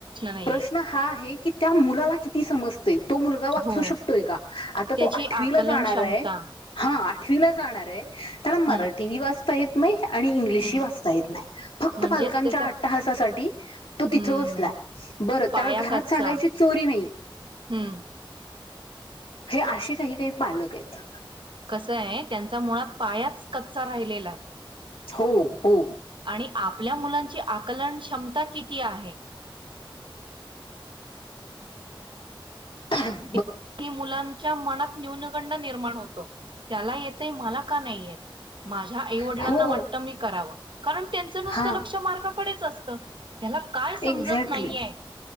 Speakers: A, on the right (about 60°); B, on the left (about 75°).
A: नाहीये
B: प्रश्न हा आहे. कि त्या मुलाला किती समजतेय. तो मुलगा वाचू
A: हो
B: शकतोय का आता
A: त्याची
B: तो आठवीला
A: आकलन
B: जाणार
A: क्षमता
B: आहे. हा आठवीला जाणार आहे त्याला मराठीही
A: हम्म
B: वाचता येत नाही. आणि इंग्लिश
A: हम्म
B: ह वाचता येत नाही फक्त
A: म्हणजेच
B: पालकांच्या
A: त्याचा
B: अट्टाहासासाठी तो
A: हम्म
B: तिथं बसलाय. बरं
A: पाया
B: त्याला घरात
A: कच्चा
B: सांगायची चोरी नाही.
A: हम्म
B: हे असे काही काही पालक आहेत.
A: कस आहे त्यांचा मुळात पायाच कच्चा राहिलेला आहे.
B: हो हो
A: आणि आपल्या मुलांची आकलनश- क्षमता किती आहे.
B: ह
A: की मुलांच्या मनात न्यूनगंड निर्माण होतो. त्याला- ते मला का नाहीयेत माझ्या आईवडिलांना
B: हो
A: वाटतं मी करावं. कारण त्यांचं नुसतं
B: हा
A: लक्ष मार्ककडेच असतं. त्याला काय समजत
B: एक्झॅक्टली
A: नाहीये